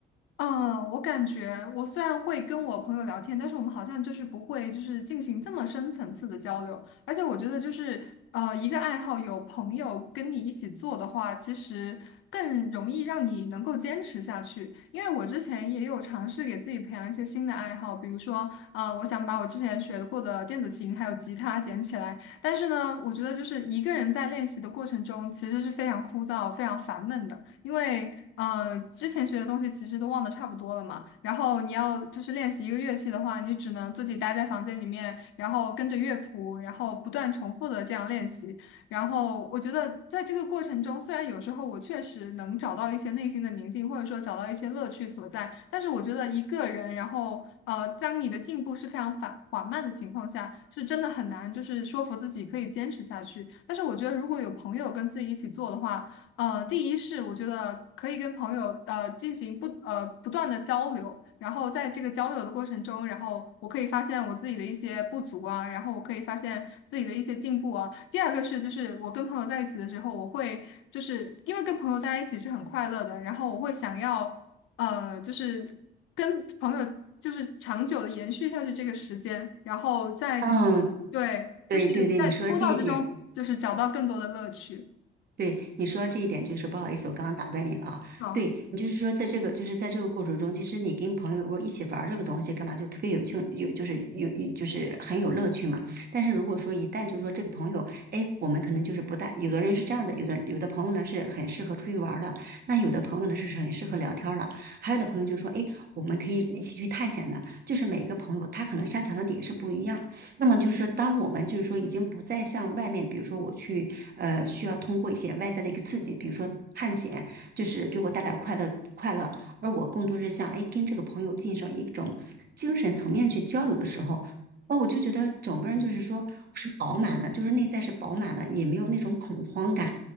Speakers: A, on the left (about 85°); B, on the right (about 50°).
A: 嗯，我感觉我虽然会跟我朋友聊天，但是我们好像就是不会就是进行这么深层次的交流。而且我觉得就是呃，一个爱好有朋友跟你一起做的话，其实更容易让你能够坚持下去。因为我之前也有尝试给自己培养一些新的爱好，比如说呃，我想把我之前学过的电子琴还有吉他捡起来。但是呢，我觉得就是一个人在练习的过程中，其实是非常枯燥、非常烦闷的。因为呃之前学的东西其实都忘得差不多了嘛。然后你要就是练习一个乐器的话，你只能自己待在房间里面，然后跟着乐谱，然后不断重复的这样练习。然后我觉得在这个过程中，虽然有时候我确实能找到一些内心的宁静，或者说找到一些乐趣所在，但是我觉得一个人，然后呃，当你的进步是非常缓缓慢的情况下，是真的很难，就是说服自己可以坚持下去。但是我觉得如果有朋友跟自己一起做的话，呃，第一是我觉得可以跟朋友呃进行不呃不断的交流，然后在这个交流的过程中，然后我可以发现我自己的一些不足啊，然后我可以发现自己的一些进步啊。第二个是就是我跟朋友在一起的时候，我会就是因为跟朋友在一起是很快乐的，然后我会想要呃就是跟朋友就是长久的延续下去这个时间，然后在
B: 嗯，
A: 对就是在枯燥之中就是找到更多的乐趣。
B: 对对对，你说的这一点。对你说到这一点，就是不好意思，我刚刚打断你了啊。
A: 好。
B: 对你就是说，在这个就是在这个过程中，其实你跟朋友如果一起玩儿这个东西，干嘛就特别有趣，有就是有有就是很有乐趣嘛。但是如果说一旦就说这个朋友，哎，我们可能就是不大，有的人是这样的，有的有的朋友呢是很适合出去玩儿的，那有的朋友呢是很适合聊天儿的，还有的朋友就说，哎，我们可以一起去探险的。就是每个朋友他可能擅长的点是不一样，那么就是说，当我们就是说已经不再向外面，比如说我去呃需要通过一些外在的一个刺激，比如说探险，就是给我带来快乐快乐，而我更多是像，哎跟这个朋友进行一种精神层面去交流的时候。哦，我就觉得整个人就是说是饱满的，就是内在是饱满的，也没有那种恐慌感，